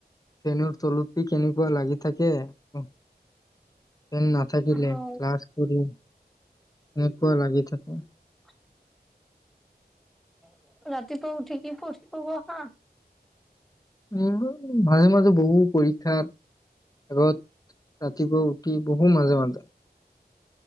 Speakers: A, on the left; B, in the centre.
A: ফেনৰ তলতে কেনেকুৱা লাগি থাকে। আ ফেন নাথাকিলে
B: নাহা
A: ক্লাছ কৰি এনেকুৱা লাগি থাকে।
B: <inaudible> <unintelligible> ৰাতিপুৱা উঠি কি পঢ়িব বহা?
A: উম। মাজে মাজ বহো পৰীক্ষা আগত ৰাতিপুৱা উঠি। বহো মাজে মাজে।